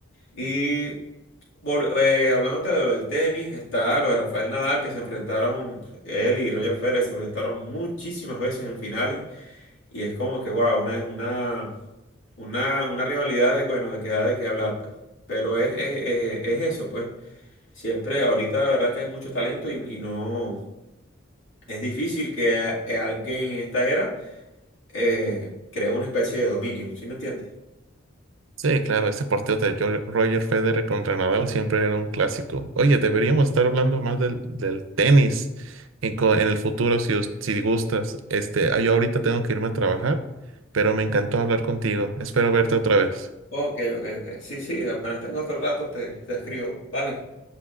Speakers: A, on the left (about 80°); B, on the right (about 80°).
A: Y vol- eh, hablándote de lo del tenis, está lo de Rafael Nadal, que se enfrentaron, él y Roger Federer se enfrentaron muchísimas veces en finales y es como que, wow, una, una, una, una rivalidad de, bueno, de que da de qué hablar, pues. Pero es, es, es- es eso, pues. Siempre, ahorita la verdad que hay mucho talento y, y no, es difícil que a- alguien en esta era eh, cree una especie de dominio, ¿sí me entiendes?
B: Sí, claro, ese partido de Jo- Roger Federer contra Nadal siempre era un clásico. Oye, deberíamos estar hablando más del, del tenis en, co- en el futuro si, us- si gustas. Este, ah, yo ahorita tengo que irme a trabajar, pero me encantó hablar contigo. Espero verte otra vez.
A: Ok, ok, ok. Sí, sí, apenas tengo otro rato, te, te escribo. Vale,